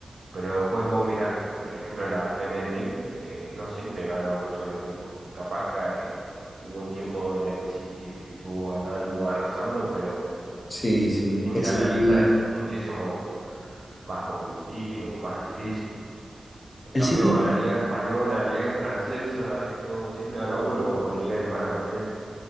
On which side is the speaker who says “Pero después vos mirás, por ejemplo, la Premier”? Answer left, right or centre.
Right